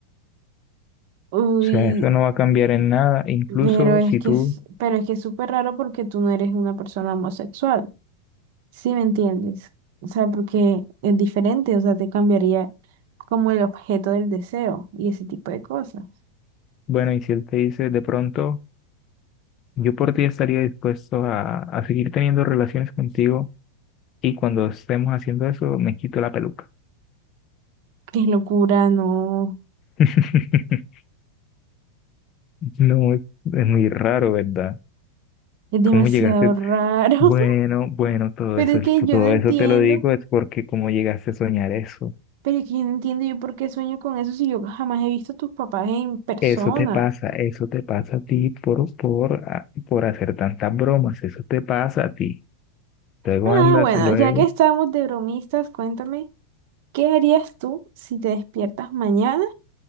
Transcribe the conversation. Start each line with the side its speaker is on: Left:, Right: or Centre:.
Right: Uy,
Left: O sea, eso no va a cambiar en nada. Incluso
Right: pero es
Left: si
Right: que
Left: tú,
Right: es, pero es que es súper raro porque tú no eres una persona homosexual, ¿sí me entiendes? O sea, porque es diferente, o sea, te cambiaría como el objeto del deseo y ese tipo de cosas.
Left: bueno, y si él te dice de pronto, yo por ti estaría dispuesto a, a seguir teniendo relaciones contigo y cuando estemos haciendo eso, me quito la peluca.
Right: Qué locura, no.
Left: <laughs> No, es es muy raro, ¿verdad?
Right: Es demasiado
Left: ¿Cómo llegaste?
Right: raro.
Left: Bueno, bueno,
Right: <laughs>
Left: todo
Right: Pero
Left: eso,
Right: es
Left: es-
Right: que yo
Left: todo
Right: no entiendo.
Left: eso te lo digo es porque cómo llegaste a soñar eso.
Right: Pero es que yo no entiendo yo por qué sueño con eso si yo jamás he visto a tus papás en persona.
Left: Eso te pasa, eso te pasa a ti por, por, a- por hacer tantas bromas, eso te pasa a ti. Luego
Right: Ah,
Left: anda,
Right: bueno,
Left: luego.
Right: ya que estamos de bromistas, cuéntame, ¿qué harías tú si te despiertas mañana